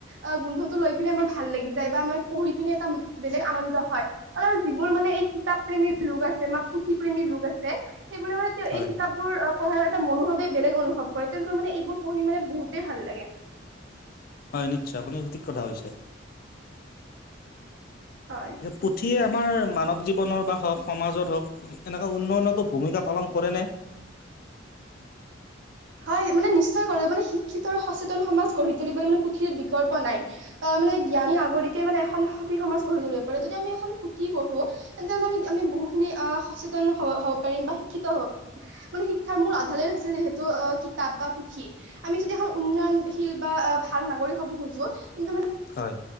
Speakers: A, on the right; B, on the left.
A: অ' গোন্ধটো লৈ পিনে আমাৰ ভাল লাগি যায় বা আমাৰ পঢ়ি পিনে এটা বেলেগ আনন্দ হয়। আৰু যিবোৰ মানে এই কিতাপ প্ৰেমীৰ লোক আছে বা পুথি প্ৰেমীৰ লোক আছে, সেইবোৰে মানে তেওঁ
B: হয়
A: এই কিতাপ বোৰ পঢ়াৰ এটা মনোভাৱে বেলেগ অনুভৱ কৰে, তেওঁলোকৰ মানে এইবোৰ পঢ়ি মানে বহুতেই ভাল লাগে।
B: হয় নিশ্চয়, আপুনি সঠিক কথা কৈছে।
A: হয়।
B: পুথি আমাৰ মানৱ জীৱনৰ বা হওঁক, সমাজত হওঁক এনেকা উন্নয়নতো ভূমিকা পালন কৰেনে?
A: হয়, মানে নিশ্চয় কৰে, মানে শিক্ষিত আৰু সচেতন সমাজ গঢ়ি তুলিবলৈ মানে পুথিৰ বিকল্প নাই। আ, মানে জ্ঞানী নাগৰিকে মানে এখন সঠিক সমাজ গঢ়ি তুলিব পাৰে, যদি আমি এখন পুথি পঢ়ো তেন্তে মানে আমি আমি বহুখিনি আ সচেতন হ'ব হ'ব পাৰিম বা শিক্ষিত হ'ব মানে শিক্ষাৰ মূল আধাৰেই যিহেতু অ' কিতাপ বা পুথি। আমি যদি এখন উন্নয়নশীল বা ভাল নাগৰিক হ'ব খোজো, তেন্ত মানে
B: হয়।